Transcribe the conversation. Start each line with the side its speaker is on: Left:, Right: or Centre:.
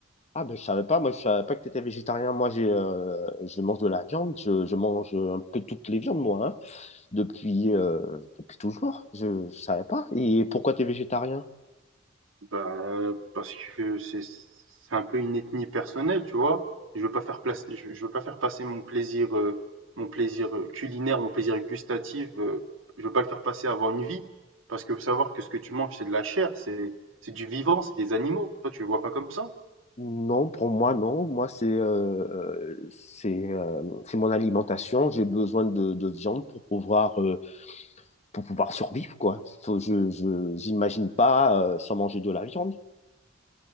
Left: Ah ben, je savais pas, moi, je savais pas que tu étais végétarien. Moi, j'ai, euh, je mange de la viande, je, je mange un peu toutes les viandes, moi, hein, depuis, euh, depuis toujours. Je, je savais pas. Et pourquoi tu es végétarien?
Right: Bah, parce que c'est c'est un peu une ethnie personnelle, tu vois. Je veux pas faire place, je, je veux pas faire passer mon plaisir, euh, mon plaisir euh, culinaire, mon plaisir gustatif. euh, je veux pas le faire passer avant une vie, parce que faut savoir que ce que tu manges, c'est de la chair, c'est c'est du vivant, c'est des animaux. Toi, tu le vois pas comme ça?
Left: Non, pour moi, non. Moi, c'est euh, euh, c'est euh, c'est mon alimentation. J'ai besoin de, de viande pour pouvoir euh, pour pouvoir survivre, quoi. Faut- je, je, j'imagine pas euh, sans manger de la viande.